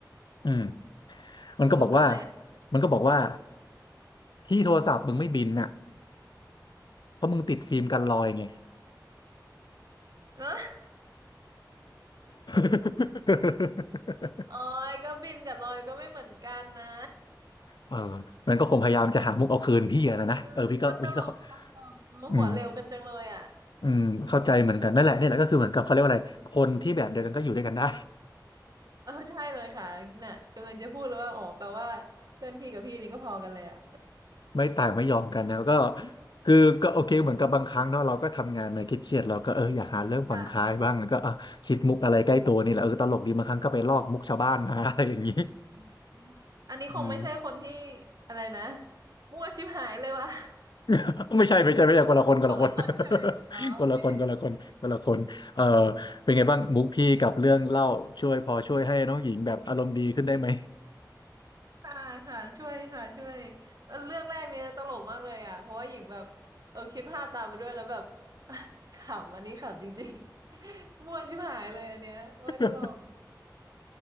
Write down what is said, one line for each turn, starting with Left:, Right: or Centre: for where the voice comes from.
Left: อืม
Right: <laughs>
Left: มันก็บอกว่า
Right: สรุปทำไมอ่ะ
Left: มันก็บอกว่าที่โทรศัพท์มึงไม่บินน่ะเพราะมึงติดฟิล์มกันรอยไง
Right: <laughs> เนอะ
Left: <laughs>
Right: โอ้ยก็บินกับลอยก็ไม่เหมือนกันนะ
Left: เออมันก็คงพยายามจะหามุกเอาคืนพี่อะนะนะเออพี่ก็พี่ก็เข้า
Right: อืมก็ตลกตลกเออหัวเร็วกันจังเลยอ่ะ
Left: อืมอืมเข้าใจเหมือนกันนั่นแหละนี่แหละก็คือเหมือนกับเขาเรียกว่าอะไรคนที่แบบเดียวกันก็อยู่ด้วยกันได้
Right: เออใช่เลยค่ะน่ะกำลังจะพูดเลยว่าอ๋อแปลว่าเพื่อนพี่กับพี่นี่ก็พอกันเลยอ่ะ
Left: ไม่ต่างไม่ยอมกันนะก็คือก็โอเคเหมือนกับบางครั้งเนาะเราก็ทำงานมาเครียดๆเราก็เอออยากหาเรื่องผ่อนคลายบ้างแล้วก็อ่ะคิดมุกอะไรใกล้ตัวนี่แหละเออตลกดีบางครั้งก็ไปลอกมุกชาวบ้านมา
Right: ค่ะอืม
Left: <laughs> อะไรอย่างนี้
Right: อืมอันนี้คงไม่ใช่คนที่
Left: อืม
Right: อะไรนะมั่วชิบหายเลยว่ะ
Left: <laughs> ไม่ใช่ไม่ใช่ไม่ใช่คนละคนคนละคน
Right: คนละคนใช่ไหมอ๋อโอเค
Left: <laughs> คนละคนคนละคนคนละคนเออเป็นไงบ้างมุกพี่กับเรื่องเล่าช่วยพอช่วยให้น้องหญิงแบบอารมณ์ดีขึ้นได้ไหม
Right: ค่ะค่ะช่วยค่ะช่วยเออเรื่องแรกเนี้ยตลกมากเลยอ่ะเพราะว่าหญิงแบบเออคิดภาพตามไปด้วยแล้วแบบ <laughs> ขำอันนี้ขำจริงๆ <laughs> มั่วชิบหายเลยอันเนี้ยโอ้ยตลก
Left: <laughs>